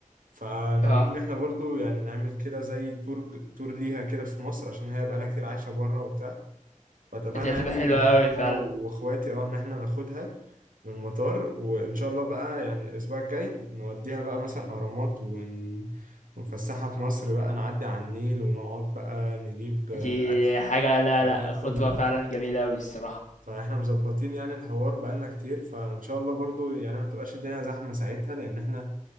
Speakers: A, on the right; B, on the left.
A: فناويين
B: آه،
A: ان احنا برضو يعني نعمل كده زي تور تور ليها كده في مصر عشان هي بقالها كتير عايشه بره وبتاع فاتفقنا
B: دي هتبقى
A: يعني
B: حلوة
A: ان
B: أوي فعلًا،
A: انا واخواتي اه ان احنا ناخدها من المطار وان شاء الله بقى يعني الاسبوع الجاي نوديها بقى مثلا اهرامات ون... ونفسحها في مصر بقى نعدي على النيل ونقعد بقى نجيب آه،
B: دي
A: اكل
B: حاجة لا، لأ،
A: ناكل
B: خطوة فعلًا جميلة أوي الصراحة،
A: فاحنا مظبطين يعني الحوار بقالنا كتير فان شاء الله برضو يعني ما تبقاش الدنيا زحمه ساعتها لان احنا